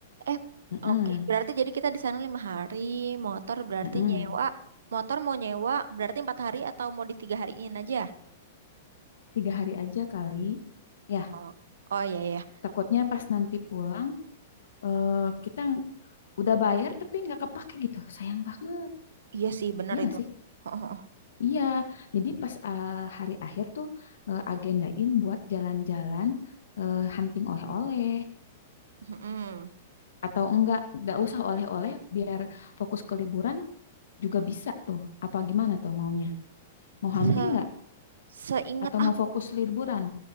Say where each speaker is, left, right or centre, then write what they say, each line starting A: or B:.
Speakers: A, on the right; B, on the left.
A: eh
B: Mm-mm,
A: oke berarti jadi kita di sana lima hari motor berarti
B: mm-mm.
A: nyewa motor mau nyewa berarti empat hari atau mau di tiga hariin aja
B: Tiga hari aja kali. Ya,
A: oh oh iya iya
B: takutnya pas nanti pulang eh, kita udah bayar tapi nggak kepake gitu sayang banget
A: iya sih bener
B: iya nggak
A: itu
B: sih
A: <laughs>
B: iya jadi pas eh, hari akhir tuh eh, agendain buat jalan-jalan eh, hunting oleh-oleh
A: Mm-mm.
B: atau enggak nggak usah oleh-oleh biar fokus ke liburan juga bisa tuh apa gimana tuh maunya mau
A: Se
B: hunting nggak
A: seingat
B: atau mau fokus liburan